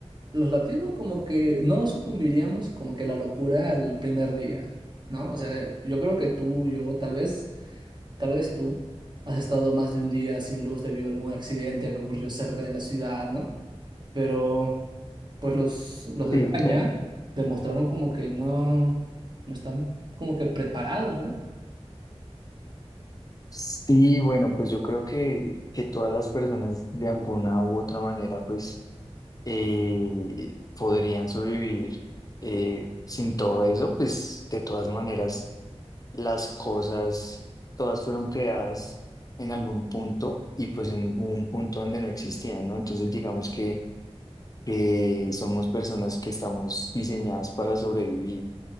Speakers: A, on the right (about 40°); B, on the left (about 35°).
A: los latinos como que no sucumbiríamos como que a la locura al primer día, ¿no? O sea, yo creo que tú, yo, tal vez, tal vez tú has estado más de un día sin luz debido a algún accidente que ocurrió cerca de la ciudad, ¿no? Pero pues los, los de
B: Sí,
A: España
B: claro.
A: demostraron como que no, no están como que preparados, ¿no?
B: Sí, bueno, pues yo creo que, que todas las personas de alguna u otra manera, pues, eh, podrían sobrevivir eh, sin todo eso, pues, de todas maneras las cosas, todas fueron creadas en algún punto y pues en hubo un punto donde no existían, ¿no? Entonces digamos que, que somos personas que estamos diseñadas para sobrevivir.